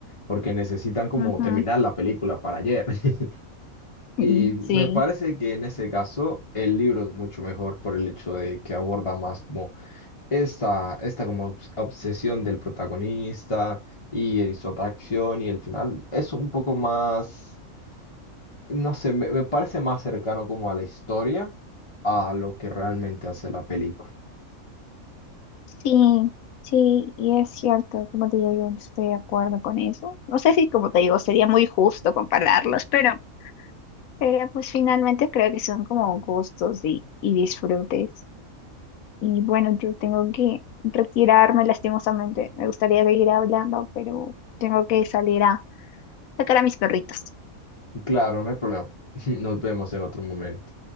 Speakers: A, on the left; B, on the left.
A: porque necesitan como
B: Ujú.
A: terminar la película para ayer. <laughs> Y
B: Mm, Sí.
A: me parece que en ese caso el libro es mucho mejor por el hecho de que aborda más como esta, esta como obs- obsesión del protagonista y el- su atracción y el final. Es un poco más, no sé, me, me parece más cercano como a la historia, a lo que realmente hace la película.
B: Sí, sí, y es cierto, como te digo, yo no estoy de acuerdo con eso. No sé si, como te digo, sería muy justo compararlos, pero, pero pues finalmente creo que son como gustos y, y disfrutes. Y bueno, yo tengo que retirarme lastimosamente. Me gustaría seguir hablando, pero tengo que salir a sacar a mis perritos
A: Claro, no hay problema. <laughs> Nos vemos en otro momento.